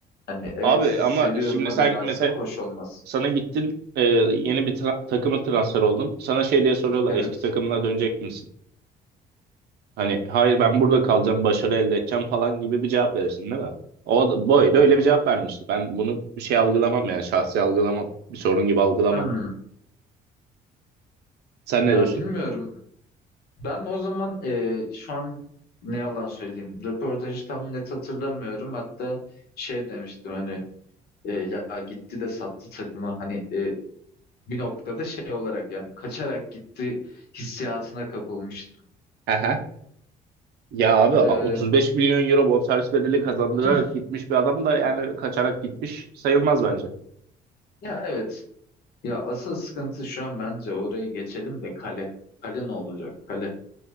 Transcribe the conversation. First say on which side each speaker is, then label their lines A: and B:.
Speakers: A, on the left (about 70°); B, on the right (about 75°).
A: Hani evet
B: abi
A: sizi
B: ama
A: seviyorum'a
B: şimdi sen
A: dönerse
B: mesela
A: hoş olmaz.
B: sana gittin e, yeni bir tra- takıma transfer oldun. Sana şey diye soruyorlar
A: Evet.
B: eski takımına dönecek misin? Hani hayır ben burada kalacağım başarı elde edeceğim falan gibi bir cevap verirsin değil mi? O boy da öyle bir cevap vermişti. Ben bunu bir şey algılamam yani şahsi algılamam. Bir sorun gibi algılamam.
A: Hmm.
B: Sen
A: Ya
B: ne diyorsun?
A: bilmiyorum. Ben o zaman e, şu an ne yalan söyleyeyim. Röportajı tam net hatırlamıyorum. Hatta şey demiştim hani e, ya gitti de sattı takımı. Hani e, bir noktada şey olarak yani kaçarak gitti hissiyatına kapılmıştım.
B: Aha. Ya abi
A: E,
B: a- 35 milyon euro bonservis bedeli kazandırarak
A: <clears throat>
B: gitmiş bir adam da yani kaçarak gitmiş sayılmaz bence.
A: ya evet. Ya asıl sıkıntı şu an bence orayı geçelim de kale. Kale ne olacak? Kale.